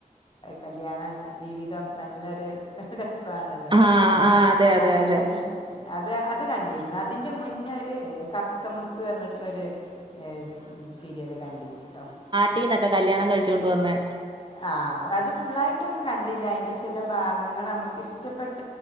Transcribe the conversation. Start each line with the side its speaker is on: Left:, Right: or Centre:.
Left: കല്യാണം ജീവിതം നല്ലൊരു രസാണല്ലോ
Right: ആ ആ അതെ അതെ
Left: അങ്ങനെ
Right: അതെ
Left: അത് അത് കണ്ടീരുന്നു. അതിന്റെ മുന്നേരു കറത്ത മുത്ത് പറഞ്ഞിട്ടൊര് ഏഹ് സീരിയല് കണ്ടീന് ട്ടോ
Right: ട്ടീന്നൊക്കെ കല്യാണം കഴിച്ചോണ്ട് വന്നേ
Left: ആഹ് അത് ഫുള്ളായിട്ടൊന്നും കണ്ടില്ല. അയിൻ്റെ ചില ഭാഗങ്ങൾ നമുക്കിഷ്ടപ്പെട്ട